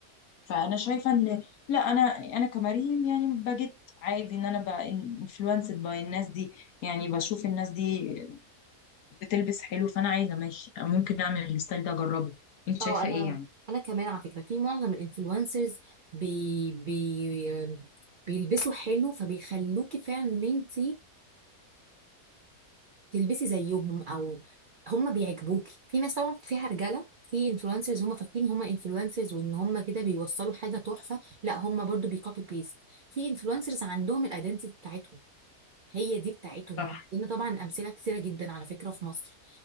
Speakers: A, on the left; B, on the right.
A: فانا شايفة ان لا انا انا كمريم يعني بجد عادي ان انا بقى انفلونسد باي الناس دي يعني بشوف الناس دي بتلبس حلو فانا عايزة ماشي ممكن اعمل الستايل ده اجربه انت
B: اه
A: شايفة
B: انا
A: ايه يعني
B: انا كمان على فكره في معظم الانفلونسرز بي بي بيلبسوا حلو فبيخلوكي فعلا ان انت تلبسي زيهم او هم بيعجبوكي في ناس طبعا فيها رجاله في انفلونسرز هم فاكرين هم انفلونسرز وان هم كده بيوصلوا حاجه تحفه لا هم برضو بيكوبي بيست في انفلونسرز عندهم الايدنتي بتاعتهم هي دي بتاعتهم
A: صح
B: وعندنا طبعا امثله كثيره جدا على فكره في مصر